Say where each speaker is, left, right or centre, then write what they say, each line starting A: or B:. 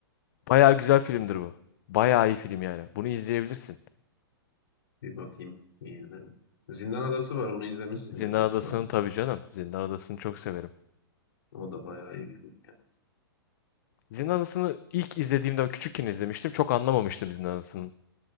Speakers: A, on the left; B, on the left.
A: bayağı güzel filmdir bu. Bayağı iyi film yani. Bunu izleyebilirsin.
B: Bir bakayım, bir izlerim. Zindan Adası var, onu izlemişsindir
A: Zindan
B: büyük
A: Adası'nı
B: ihtimalle.
A: tabii canım. Zindan Adası'nı çok severim.
B: O da bayağı iyi. bir film yani.
A: Zindan Adası'nı ilk izlediğimde küçükken izlemiştim. Çok anlamamıştım Zindan Adası'nın